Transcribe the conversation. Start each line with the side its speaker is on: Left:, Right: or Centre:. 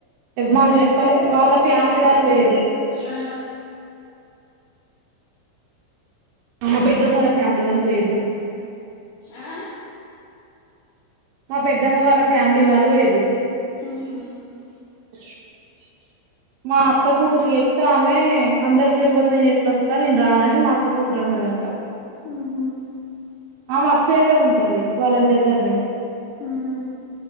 Right: మాకు చెప్పలే వాళ్ళ ఫ్యామిలీ వాళ్ళు పోయిర్రు.
Left: ఆ
Right: అ మా పెద్దమ్మ వాళ్ల ఫ్యామిలీ వాళ్ళు వోయిర్రు
Left: ఆ
Right: ఓహో
Left: ఉహు
Right: మా అత్త కూతురు చెప్తే ఆమె అందరికి చెప్పంది నేను ఎట్ల వత్తా నేను రానని మా అత్త కూతురు అన్నదంట,
Left: ఉహు
Right: ఆమె అటు సైడే ఉంటది వాళ్ళకి దగ్గరనే
Left: ఉ